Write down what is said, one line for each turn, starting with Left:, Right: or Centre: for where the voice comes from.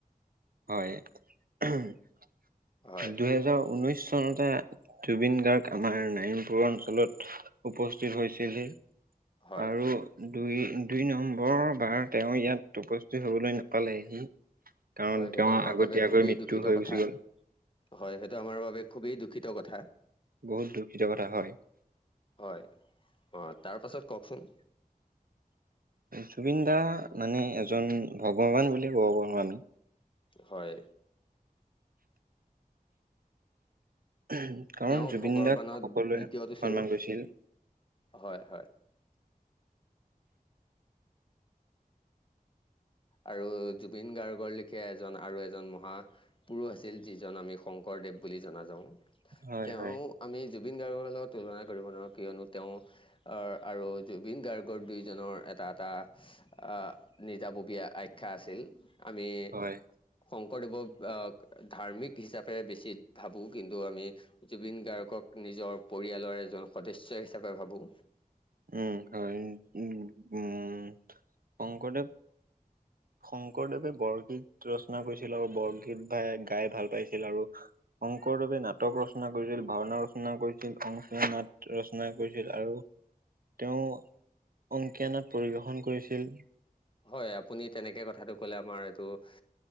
Right: হয় উহ
Left: হয়
Right: দুহেজাৰ ঊনৈশ চনতে জুবিন গাৰ্গ আমাৰ নাইনপুৰ অঞ্চলত উপস্থিত হৈছিলহি।
Left: হয়
Right: আৰু দুই দুই নম্বৰৰ বাৰ তেওঁ ইয়াত উপস্থিত হবলৈ নাপালেহি। কাৰণ
Left: হয় সেইটো
Right: তেওঁৰ
Left: আমাৰ
Right: আগতীয়াকৈ
Left: বাবে খুবেই
Right: মৃত্যু
Left: দূষিত
Right: হৈ
Left: কথা।
Right: গুচি গ'ল।
Left: হয় সেইটো আমাৰ বাবে খুবেই দূষিত কথা।
Right: বহুত দুখিত কথা হয়।
Left: হয়, অ', তাৰ পাছত কওঁকচোন?
Right: জুবিন দা মানে এজন ভগৱান বুলিয়ে কওঁ আমি।
Left: হয়।
Right: উহ কাৰণ
Left: তেওঁ
Right: জুবিন
Left: ভগৱানৰ
Right: দাক সকলোৱে
Left: দ্বিতীয়টো
Right: সন্মান
Left: স্বৰূপ
Right: কৰিছিল।
Left: হয়, হয়। আৰু জুবিন গাৰ্গৰ লিখীয়ে এজন আৰু এজন মহা গুৰু আছিল যিজন আমি শংকৰদেৱ বুলি জনা যাওঁ।
Right: হয়
Left: তেওঁ
Right: হয়
Left: আমি জুবিন গাৰ্গৰ লগত তুলনা কৰিব নোৱাৰো। কিয়নো তেওঁ আ, আৰু জুবিন গাৰ্গৰ দুইজনৰ এটা এটা আ, নিজাববী আখ্যা আছিল। আমি
Right: হয়
Left: শংকৰদেৱক আ ধাৰ্মিক হিচাপে আমি বেছি ভাবোঁ। কিন্তু আমি জুবিন গাৰ্গক নিজৰ পৰিয়ালৰ এজন সদস্য হিচাপে ভাবোঁ।
Right: উম, হয়, উম, উম, শংকৰদেৱ শংকৰদেৱে বৰগীত ৰচনা কৰিছিল আৰু বৰগীত ভাই গাই ভাল পাইছিল, আৰু শংকৰদেৱে নাটক ৰচনা কৰিছিল, ভাওনা ৰচনা কৰিছিল, অংকীয়া নাট ৰচনা কৰিছিল, আৰু তেওঁ অংকীয়া নাট পৰিৱেশন কৰিছিল।
Left: হয় আপুনি তেনেকে কথাটো ক'লে আমাৰ এইটো আ,